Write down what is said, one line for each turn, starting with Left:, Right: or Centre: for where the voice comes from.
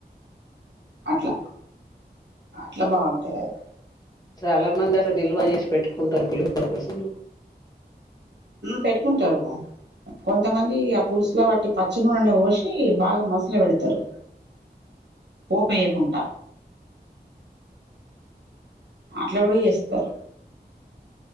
Right: అట్ల అట్ల బాగుంటదది
Left: చాలా మంది అట్ల నిల్వ జేసి పెట్టుకుంటరు పులిహోర పులుసును
Right: పెట్టుకుంటరు కొంతమంది ఆ పులుసుల వట్టి పచ్చి నూనే వెసి బాగా మసుల వెడతరు పోపె యకుంట అట్ల గుడ చెస్తరు